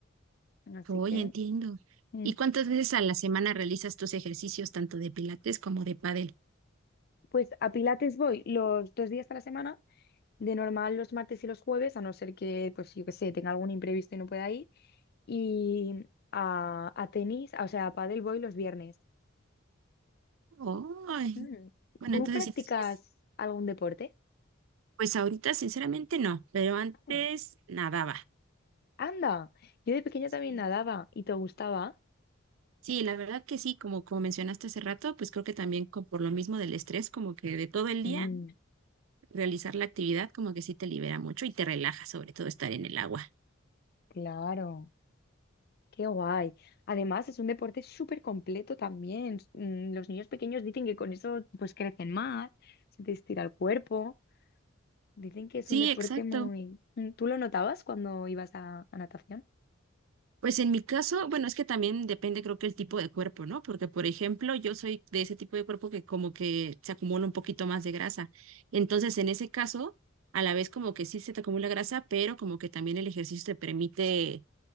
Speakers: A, on the left (about 50°); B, on the right (about 80°).
A: así
B: Oye,
A: que
B: entiendo.
A: mm.
B: ¿Y cuántas veces a la semana realizas tus ejercicios tanto de pilates como de pádel?
A: pues a Pilates voy los dos días a la semana De normal los martes y los jueves, a no ser que, pues yo que sé, tenga algún imprevisto y no pueda ir. Y a, a tenis, o sea, a pádel voy los viernes.
B: Oh,
A: Mm,
B: bueno,
A: ¿Tú
B: entonces
A: practicas
B: sí, sí es-
A: algún deporte?
B: pues ahorita sinceramente no, pero antes
A: Ah,
B: nadaba.
A: Anda, yo de pequeña
B: Sí.
A: también nadaba y te gustaba.
B: Sí, la verdad que sí, como, como mencionaste hace rato, pues creo que también co- por lo mismo del estrés, como que de todo el
A: Mm,
B: día, realizar la actividad como que sí te libera mucho y te relaja, sobre todo estar en el agua.
A: claro, qué guay. Además, es un deporte súper completo también. Mm, los niños pequeños dicen que con eso pues crecen más, se te estira el cuerpo. Dicen que es
B: Sí,
A: un deporte
B: exacto.
A: muy... Mm, ¿Tú lo notabas cuando ibas a, a natación?
B: Pues en mi caso, bueno, es que también depende creo que el tipo de cuerpo, ¿no? Porque, por ejemplo, yo soy de ese tipo de cuerpo que como que se acumula un poquito más de grasa. Entonces, en ese caso, a la vez como que sí se te acumula grasa, pero como que también el ejercicio te permite